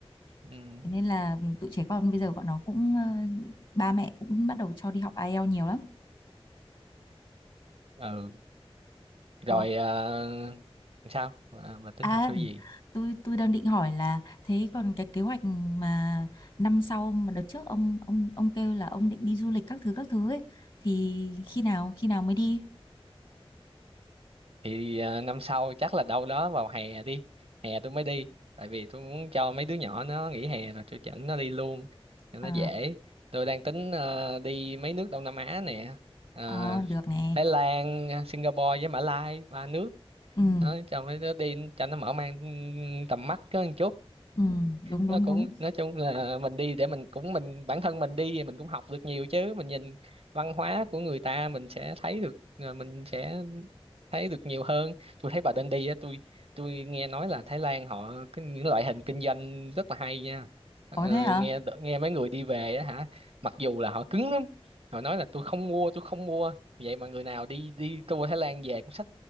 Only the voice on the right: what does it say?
ừ,
ừ. rồi
ờ, sao bà, bà tính
hỏi tôi gì
thì à, năm sau chắc là đâu đó vào hè đi hè tôi mới đi tại vì tôi muốn cho mấy đứa nhỏ nó nghỉ hè rồi tôi dẫn nó đi luôn cho
nó dễ tôi đang tính ờ, đi mấy nước Đông Nam Á nè Ờ,
Thái Lan Singapore với Mã Lai ba nước
nó cho mấy đứa đi cho nó mở mang tầm mắt có một chút
nó cũng
nói chung là mình đi để mình cũng mình bản thân mình đi thì mình cũng học được nhiều chứ mình nhìn văn hóa của người ta mình sẽ thấy được ờ, mình sẽ thấy được nhiều hơn tôi thấy bà Đen đi á tôi tôi nghe nói là Thái Lan họ cái những loại hình kinh doanh rất là hay nha ờ,
nghe nghe mấy người đi về á hả mặc dù là họ cứng lắm họ nói là tôi không mua tôi không mua vậy mà người nào đi đi tour Thái Lan về cũng xách